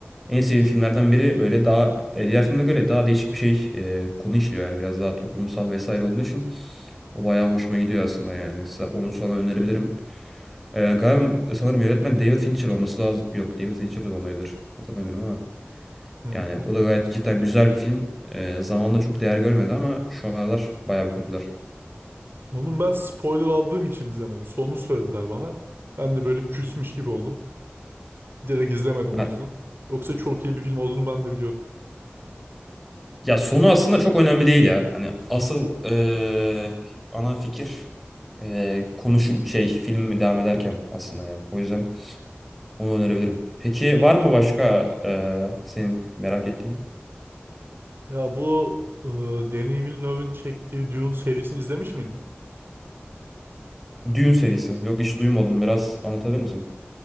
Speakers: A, in the centre; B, on the right.
A: En sevdiğim filmlerden biri böyle daha e, diğer filme göre daha değişik bir şey e, konu işliyor yani biraz daha toplumsal vesaire olduğu için. O bayağı hoşuma gidiyor aslında yani. Sa- Onu sana önerebilirim. Ee, galiba e, sanırım yönetmen David Fincher olması lazım. Yok David Fincher de olmayabilir. Hatırlamıyorum ama.
B: Hı,
A: Yani
B: o-
A: o da gayet cidden güzel bir film. Ee, zamanla çok değer görmedi ama şu aralar bayağı bir popüler.
B: onun ben spoiler aldığım için izlemedim. Sonunu söylediler bana. Ben de böyle küsmüş gibi oldum. Direkt izlemedim
A: Ha,
B: o yüzden. Yoksa çok iyi bir film olduğunu ben de biliyorum.
A: ya sonu aslında çok önemli değil ya. Hani asıl ee, ana fikir ee, konuşur şey film devam ederken aslında yani. O yüzden onu önerebilirim. Peki var mı başka ee, senin merak ettiğin?
B: Ya bu e, Denis Villeneuve'ın çektiği Dune serisini izlemiş miydin?
A: Dune serisi. Yok hiç duymadım. Biraz anlatabilir misin?